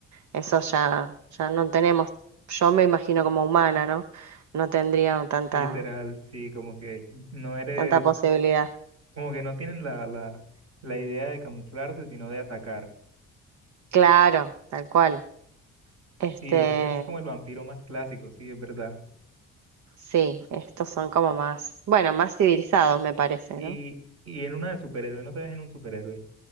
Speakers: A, on the right; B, on the right.
A: Eso ya, ya no tenemos, yo me imagino como humana, ¿no? No tendría tanta,
B: Literal, sí, como que no eres,
A: tanta posibilidad.
B: como que no tienen la, la, la idea de camuflarse, sino de atacar.
A: Claro, tal cual. Este,
B: Sí, ese, ese es como el vampiro más clásico, sí, es verdad.
A: sí, estos son como más, bueno, más civilizados, me parece,
B: Y,
A: ¿no?
B: y en una de superhéroe, no te ves en un superhéroe.